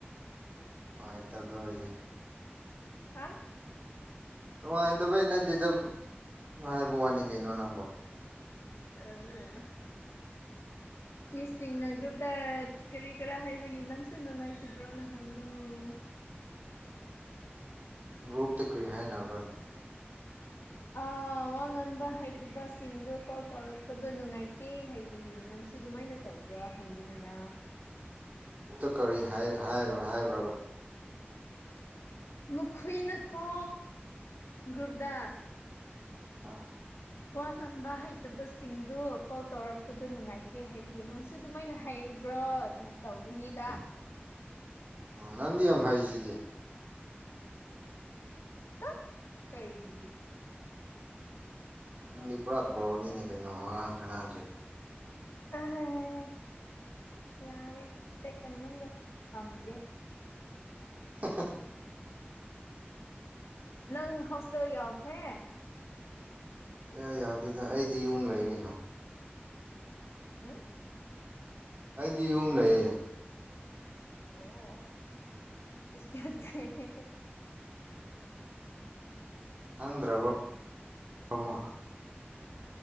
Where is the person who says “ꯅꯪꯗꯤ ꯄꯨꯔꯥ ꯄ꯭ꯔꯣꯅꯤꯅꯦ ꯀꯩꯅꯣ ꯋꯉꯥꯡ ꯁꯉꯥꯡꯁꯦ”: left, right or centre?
Right